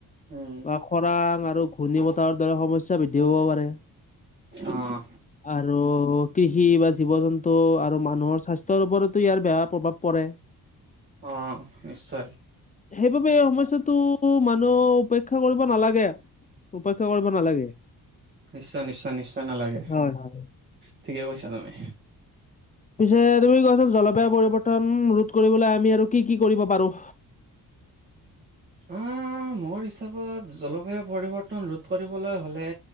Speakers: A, on the right (about 30°); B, on the left (about 20°).
A: উম
B: বা খৰাং আৰু ঘূৰ্ণী বতাহৰ দৰে সমস্যা বৃদ্ধি পাব পাৰে।
A: অঁ।
B: আৰু কৃষি বা জীৱ জন্তু আৰু মানুহৰ স্বাস্থ্যৰ ওপৰতো ইয়াৰ বেয়া প্ৰভাৱ পৰে।
A: অ নিশ্চয়।
B: সেইবাবে এই সমস্যাটো মানুহ উপেক্ষা কৰিব নালাগে উপেক্ষা কৰিব নালাগে।
A: নিশ্চয় নিশ্চয় নিশ্চয় নালাগে,
B: হয় হয়।
A: ঠিকে কৈছা তুমি।
B: পিছে তুমি কোৱাচোন জলবায়ু পৰিৱৰ্তন ৰোধ কৰিবলে আমি আৰু কি কি কৰিব পাৰো?
A: হা অঁ মোৰ হিচাপত জলবায়ু পৰিৱৰ্তন ৰোধ কৰিবলৈ হ'লে